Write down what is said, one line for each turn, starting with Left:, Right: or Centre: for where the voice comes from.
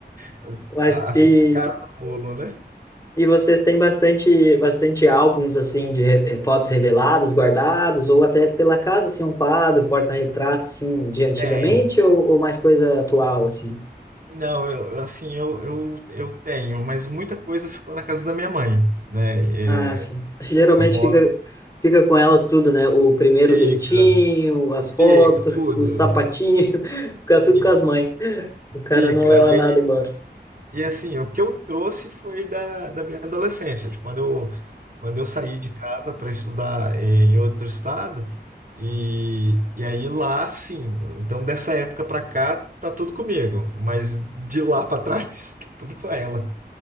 Left: <laughs>
Right: Então,
Left: Mas
Right: A- Assim,
Left: e,
Right: a cara do bolo, né?
Left: e vocês têm bastante bastante álbuns assim de re- eh, fotos reveladas, guardados, ou até pela casa assim um quadro, porta-retrato assim de antigamente
Right: Tem.
Left: ou, ou mais coisa atual assim?
Right: Não, eu, eu, assim, eu, eu, eu tenho, mas muita coisa ficou na casa da minha mãe, né?
Left: Ah, sim.
Right: É,
Left: <laughs> Geralmente
Right: eu moro,
Left: fica fica com elas tudo, né? O primeiro
Right: fica,
Left: dentinho, as fotos,
Right: fica, tudo,
Left: o sapatinho, <laughs> fica tudo
Right: e
Left: com as mães. O cara
Right: fica.
Left: não leva
Right: E
Left: nada
Right: aí,
Left: embora.
Right: e assim, o que eu trouxe foi da, da minha adolescência, de quando eu, quando eu saí de casa para estudar, é, em outro estado, e, e aí lá, sim. Então, dessa época para cá, tá tudo comigo, mas de lá para trás, <laughs> tá tudo com ela.